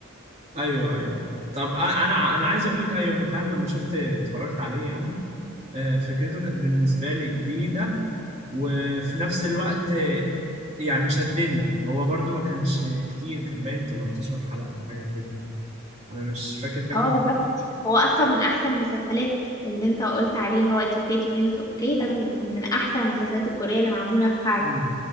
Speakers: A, on the right; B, on the left.
A: ايوه ايوه طب أ- انا انا عايز اقول لك ايوه انا فعلا لما شفت اتفرجت عليه يعني آه، فكرته كانت بالنسبه لي جديده وفي نفس الوقت يعني شدني هو برضو ما كانش كتير كان باين 13 حلقة حاجة كده أنا مش فاكر كام
B: اه
A: بت-
B: بالظبط هو اصلا من احسن المسلسلات اللي انت قلت عليه اللي هو اتس اوكي تو بي نوت اوكي ده من من احسن المسلسلات الكوريه اللي معموله فعلا
A: مم.